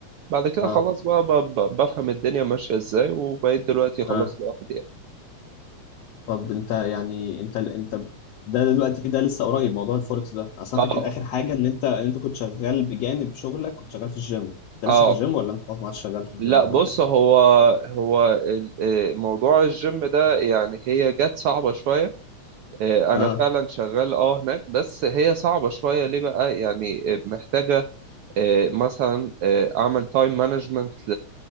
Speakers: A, on the right; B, on the left.
A: بعد كده
B: اه
A: خلاص بقى ب- ب- بفهم الدنيا ماشية ازاي وبقيت دلوقتي خلاص
B: اه
A: لوحدي
B: طب انت يعني انت انت ده دلوقتي ده لسه قريب موضوع الفوركس ده اصل
A: اه
B: انا فاكر اخر حاجه ان انت ان انت كنت شغال بجانب شغلك كنت شغال في الجيم انت
A: اه
B: لسه في الجيم ولا انت خلاص ما عادش شغال في الجيم
A: لا بص
B: ولا
A: هو هو ال- آه، موضوع الجيم ده يعني هي جت صعبة شوية آه،
B: ايه
A: انا فعلا شغال اه هناك بس هي صعبة شوية ليه بقى يعني آه، محتاجة آه، مثلا آه، اعمل تايم مانجمنت